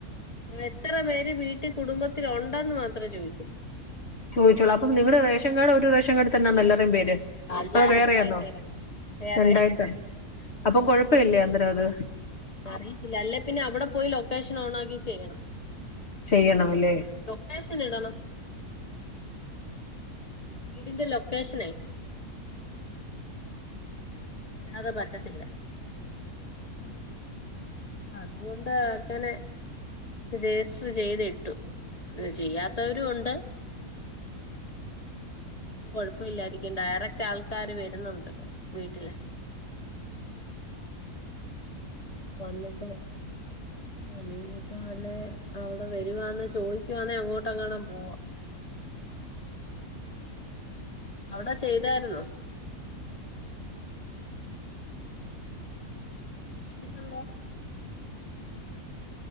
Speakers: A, on the left; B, on the left.
A: എത്ര പേര് വീട്ടി കുടുംബത്തിലൊണ്ടന്ന് മാത്രേ ചോയിച്ചു
B: ചോയിച്ചൊള്ളു അപ്പ നിങ്ങള് റേഷൻ കാർഡ് ഒരു റേഷൻ കാഡിതന്നാന്നോ എല്ലാര്‌ടം പേര്?
A: അല്ല
B: അതോ വേറെയാന്നോ
A: രണ്ടായിട്ട് കിടക്കും വേറെ
B: രണ്ടായിട്ടാ അപ്പം കൊഴപ്പയില്ലെ അന്നേരവത്?
A: അറിയത്തില്ല അല്ലേ പിന്നെ അവ്ടെ പോയി ലൊക്കേഷനോണാക്കി ചെയ്യണം
B: ചെയ്യണമല്ലേ?
A: ലൊക്കേഷൻ ഇടണം വീടിന്റെ ലൊക്കേഷനെ പിന്നത് പറ്റത്തില്ല അത്കൊണ്ട് ആക്കലെ രജിസ്റ്റർ ചെയ്ത്ട്ടു ഇത് ചെയ്യാത്തവരു ഒണ്ട് കൊഴപ്പൊല്ലായിരിക്കും ഡയറക്റ്റ് ആൾക്കാര് വര്ന്നോണ്ട് വീട്ടില് വന്നിട്ട് അല്ലിപ്പൊ വല്ലെ അവ്ട വരുവാന്നെ ചോയിക്കുവാന്നേ അങ്ങോട്ടെങ്ങണം പോവാ അവ്ടെ ചെയ്താര്ന്നോ ഇര്ന്നുള്ള